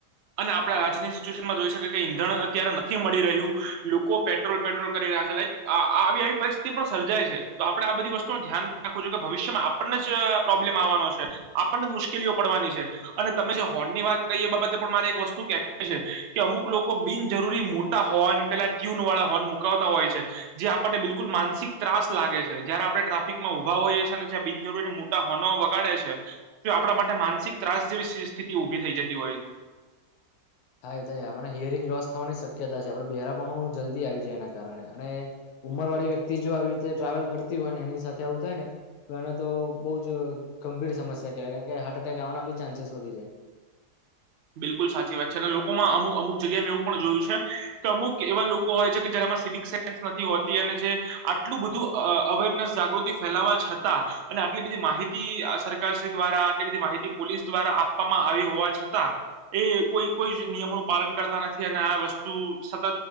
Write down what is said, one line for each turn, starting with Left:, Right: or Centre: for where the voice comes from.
Right: અને આપણે આજની સિચ્યુએશનમાં જોઈ શકીએ કે ઈંધણ અત્યારે નથી મળી રહ્યું લોકો પેટ્રોલ પેટ્રોલ કરી રહ્યા છે લાઈક આવી આવી પરિસ્થિતિ પણ સર્જાય છે તો આપડણે આ બધી વસ્તુનું ધ્યાન રાખું છું કે ભવિષ્યમાં આપણને જ પ્રોબ્લેમ આવવાનો છે આપણને જ મુશ્કેલીઓ પડવાની છે અને તમે જે હોર્ન ની વાત કરીએ બાબત. પણ મારે એક વસ્તુ કે છે કે અમુક લોકો બિનજરૂરી મોટા હોર્ન પેલા ટ્યુન વાળા હોર્ન મુકાવતા હોય છે જે આપણને બિલકુલ માનસિક ત્રાસ લાગે છે જયારે આપણે ટ્રાફિકમાં ઉભા હોઈએ છીએ અને જં બિનજરૂરી મોટા હોર્નો વગાડે છે તો આપણા માટે માનસિક ત્રાસ જેવી સ્થિતિ ઉભી થઈ જતી હોય છે.
Left: થાય થાય આપણે હિયરિંગ લોસ થવાની શક્યતા છે આપણે બહેરાપણું જલ્દી આવી જાય એના કારણે અને ઉંમરવાળી વ્યક્તિ જો આવી રીતે ટ્રાવેલ કરતી હોય ને એની સાથે આવું થાય ને તો એને તો બહુ જ ગંભીર સમસ્યા કહેવાય કારણ કે હાર્ટ એટેક આવવાના બી ચાન્સીસ વધી જાય.
Right: બિલકુલ સાચી વાત છે અને લોકોમાં અમુક અમુક જગ્યાએ મેં એવું પણ જોયું છે કે અમુક એવા લોકો હોય છે કે જેમાં સિવિક સેન્સ નથી હોતી અને જે આટલું બધું અ અવેરનેસ જાગૃતિ ફેલાવા છતાં અને આટલી બધી માહિતી સરકારશ્રી દ્વારા આટલી બધી માહિતી પોલીસ દ્વારા આપવામાં આવી હોવા છતાં. એ કોઈ કોઈ નિયમોનું પાલન કરતા નથી અને આ વસ્તુ સતત